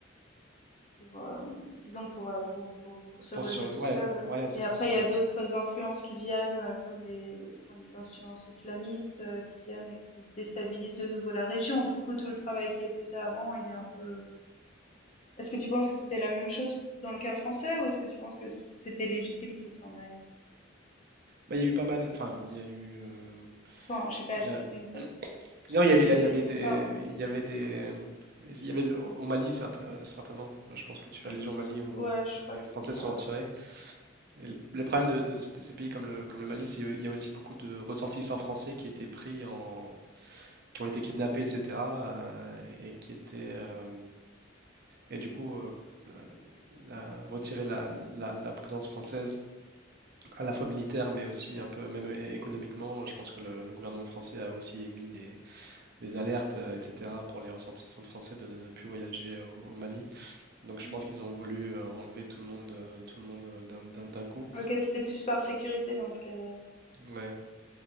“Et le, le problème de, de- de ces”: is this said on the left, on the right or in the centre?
Right